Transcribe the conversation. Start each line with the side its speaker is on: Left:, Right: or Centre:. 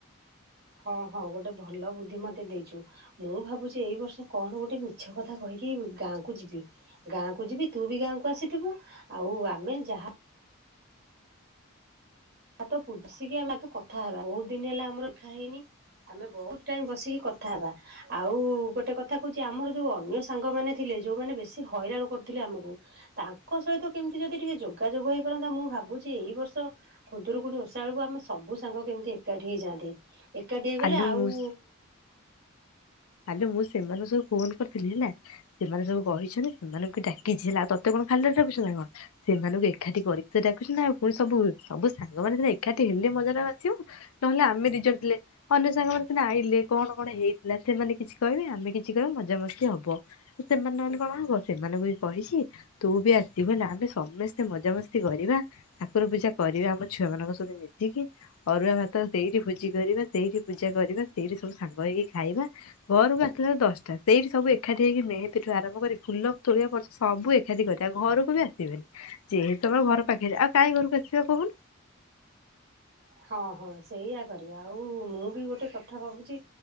Right: ହଁ ହଁ ଗୋଟେ ଭଲ ବୁଦ୍ଧି ମତେ ଦେଇଛୁ। ମୁଁ ଭାବୁଛି ଏଇ ବର୍ଷ କଣ ଗୋଟେ ମିଛ କଥା କହିକି ଗାଁକୁ ଯିବି। ଗାଁକୁ ଯିବି ତୁ ବି ଗାଁକୁ ଆସିଥିବୁ ଆଉ ଆମେ ଯାହା ଆଉ ତ ପୁଝିକି ଆମେ ଆଗ କଥା ହେବା। ବହୁତ ଦିନ ହେଲା ଆମର ଦେଖା ହେଇନି। ଆମେ ବହୁତ୍ ଟାଇମ୍ ବସିକି କଥା ହେବା। ଆଉ ଗୋଟେ କଥା କହୁଛି ଆମର ଯୋଉ ଅନ୍ୟ ସାଙ୍ଗମାନେ ଥିଲେ ଯୋଉମାନେ ବେଶୀ ହଇରାଣ କରୁଥିଲେ ଆମକୁ ତାଙ୍କ ସହିତ କେମିତି ଯଦି ଟିକେ ଯୋଗାଯୋଗ ହେଇପାରନ୍ତା ମୁଁ ଭାବୁଛି ଏଇ ବର୍ଷ ଖୁଦୁରୁକୁଣି ଓଷା ବେଳକୁ ଆମେ ସବୁ ସାଙ୍ଗ କେମିତି ଏକାଠି ହେଇଯାଆନ୍ତେ। ଏକାଠି ହେଇଗଲେ
Left: ଆଲୁ
Right: ଆଉ
Left: ମୁଁ ଆଲୋ ମୁଁ ସେମାନଙ୍କୁ ସବୁ ଫୋନ୍ କରିଥିଲି ହେଲା। ସେମାନେ ସବୁ କହିଛନ୍ତି ସେମାନେଙ୍କୁ ବି ଡ଼ାକିଛି ହେଲା। ଆଉ ତତେ କଣ ଖାଲିରେ ଡ଼ାକୁଛି ନା କଣ। ସେମାନଙ୍କୁ ଏଖାଠି କରିକି ତ ଡ଼ାକୁଚି ନା ଆଉ ପୁଣି ସବୁ ସବୁ ସାଙ୍ଗମାନେ ଏକାଠି ହେଲେ ମଜାଟା ଆସିବ। ନହେଲେ ଆମେ ଦିଜଣ ଥିଲେ ଅନ୍ୟ ସାଙ୍ଗମାନେ ସିନା ଆଇଲେ କଣ କଣ ହେଇଥିଲା ସେମାନେ କିଛି କହିବେ ଆମେ କିଛି କହିବା ମଜାମସ୍ତି ହବ। ସେମାନେ ନହେଲେ କଣ ହବ? ସେମାନଙ୍କୁ ବି କହିଛି ତୁ ବି ଆସିବୁ ହେଲା ଆମେ ସମସ୍ତେ ମଜାମସ୍ତି କରିବା ଠାକୁର ପୂଜା କରିବା ଆମ ଛୁଆ ମାନଙ୍କ ସହିତ ମିଶିକି। ଅରୁଆ ଭାତ ସେଇଠି ଭୋଜି କରିବା, ସେଇଠି ପୂଜା କରିବା, ସେଇଠି ସବୁ ସାଙ୍ଗ ହେଇକି ଖାଇବା। ଘରୁକୁ ଆସିଲାଳକୁ ଦଶଟା। ସେଇଠି ସବୁ ଏକାଠି ହେଇକି ମେହେନ୍ଦୀଠୁ ଆରମ୍ଭ କରି ଫୁଲ ତୋଳିବା ପର୍ଯ୍ୟନ୍ତ ସବୁ ଏକ କାଠି କରିଆ ଆଉ ଘରକୁ ବି ଆସିବେନି। ଯେହେତୁ ଆମ ଘର ପାଖରେ ଆଉ କାହିଁ ଘରକୁ ଆସିବା କହୁନୁ?
Right: ହଁ ହଁ ସେଇଆ କରିବା ଆଉ ମୁଁ ବି ଗୋଟେ କଥା ଭାବୁଛି